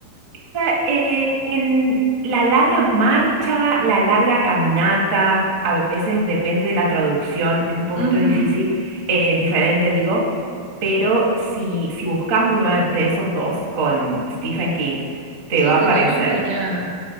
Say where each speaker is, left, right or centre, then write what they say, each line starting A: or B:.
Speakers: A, on the right; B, on the right.
A: sea, en, en la larga marcha, la larga caminata, a veces depende de la traducción, es un poquito
B: Ujú.
A: difícil, eh, diferente digo, pero si, si buscas uno de de esos dos con Stephen King, te
B: Sí,
A: va a
B: con
A: aparecer.
B: el nombre ya.